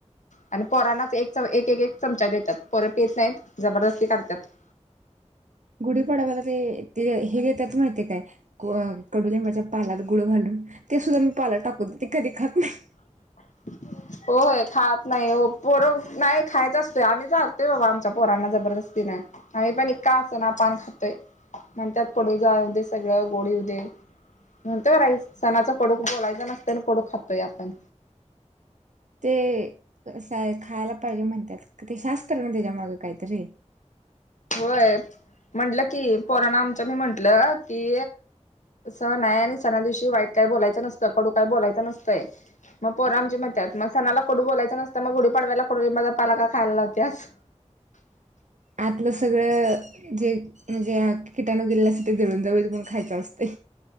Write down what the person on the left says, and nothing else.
आणि पोरांनाच एक च एक एक चमचा देत्यात पोर पित नाहीत जबरदस्ती करत्यात <inaudible>
ह. होय खातं नाही हो पोर नाही खायचा असतोय आम्ही सगतोय बाबा आमच्या पोरांना जबरदस्ती न. आम्ही पण इतका असना पान खातोयं म्हणतात कडू जाऊ देे सगळं गोड येऊ देे. म्हणतोयं सणाचा कडूक बोलायचं नसत आणि कडू खातोयं आपण.
होय म्हटलं की पोरनां आमचं मी म्हटलं की सण आहे आणि सणा दिवशी वाईट काय बोलायचं नसतं कडू काय बोलायचं नसतंय. मग पोरं आमची म्हणतंय मग सणाला कडू बोलायचं नसतं मग गुडी पाडवायला कडुलीबाचा पाला का खायला लावत्यास.